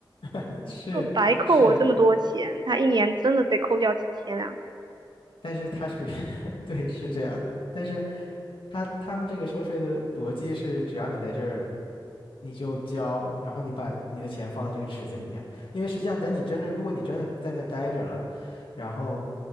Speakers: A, on the left; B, on the right.
A: <laughs> 是是。
B: 就白扣我这么多钱，他一年真的得扣掉几千啊。
A: 但是它属于 <laughs> 对，是这样的。但是他他们这个收税的逻辑是，只要你在这儿你就交，然后你把你的钱放在这个池子里面，因为实际上等你真正，如果你真的在那待着了，然后